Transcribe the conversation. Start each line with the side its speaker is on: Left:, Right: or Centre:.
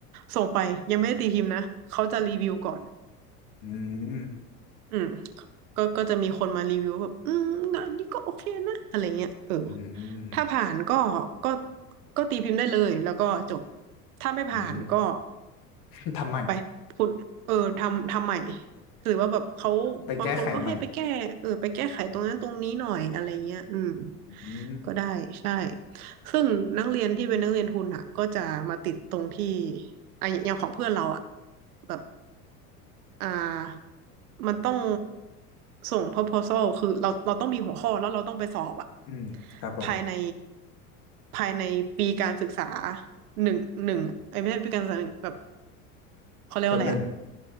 Right: ส่งไปยังไม่ได้ตีพิมพ์นะเขาจะรีวิวก่อน
Left: อืม
Right: อืมก็ก็จะมีคนมารีวิวแบบอืมนะอันนี้ก็โอเคนะอะไรเงี้ยเออ
Left: อืม
Right: ถ้าผ่านก็ก็ก็ตีพิมพ์ได้เลยแล้วก็จบถ้าไม่ผ่านก็
Left: อืม <laughs> ทำไม
Right: ไปคุณเออทำทำใหม่หรือว่าแบบเขาบางคนก็ให้ไปแก้เออไปแก้ไขตรงนั้นตรงนี้หน่อยอะไรเงี้ยอืม
Left: ไปแก้ไขใหม่อืม
Right: ก็ได้ใช่ ซึ่งนักเรียนที่เป็นนักเรียนทุนอ่ะก็จะมาติดตรงที่อ่ะอย่างของเพื่อนเราอ่ะแบบอ่ามันต้องส่ง proposal คือเราเราต้องมีหัวข้อแล้วเราต้องไปสอบอ่ะ
Left: อืมครับผม
Right: ภายในภายในปีการศึกษาหนึ่งหนึ่งเอ้ยไม่ใช่ปีการศึกษาหนึ่งแบบเขาเรียกว่าอะไรอ่ะ
Left: เทอมหนึ่ง